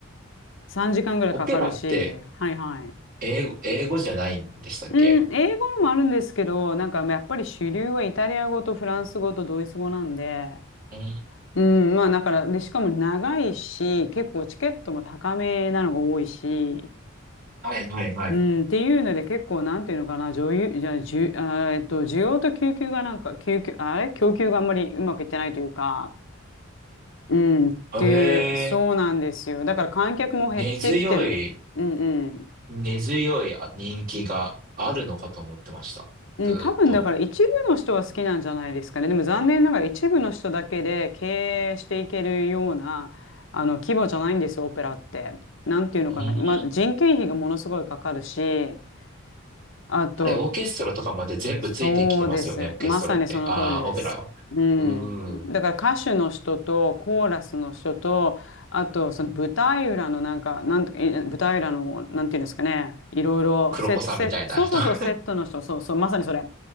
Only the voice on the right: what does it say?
オペラって
英語、英語じゃないんでしたっけ
うん。
はいはいはい。
え
え、
根強い
根強いあ人気があるのかと思ってました。
ずーっと。
うん。
あれ、オーケストラとかまで全部ついてきてますよね、
オーケストラって。
ああ、オペラは。
うーん。
黒子さんみたいな人。
<laughs>